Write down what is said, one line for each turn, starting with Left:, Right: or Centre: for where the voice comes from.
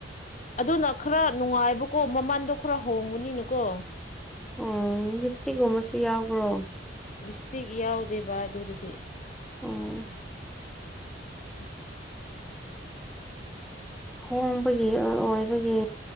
Left: ꯑꯗꯨꯅ ꯈꯔ ꯅꯨꯡꯉꯥꯏꯕꯀꯣ ꯃꯃꯟꯗꯣ ꯈꯔ ꯍꯣꯡꯒꯅꯤꯅꯀꯣ
Centre: ꯑꯣ ꯞꯁꯇꯤꯛꯒꯨꯝꯕꯁꯨ ꯌꯥꯎꯕ꯭ꯔꯣ
Left: ꯁꯇꯩ ꯀꯌꯥꯎꯦ ꯕꯥ ꯑꯗꯨꯗꯤ
Centre: ꯑꯣ
Left: ꯑ
Centre: ꯍꯣꯡꯕꯒꯤ ꯑꯣꯏꯕꯒꯤ